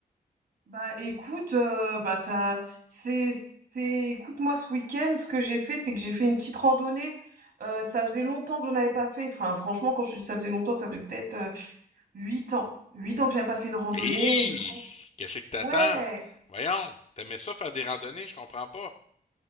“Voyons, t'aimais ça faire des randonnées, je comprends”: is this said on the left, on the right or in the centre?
Left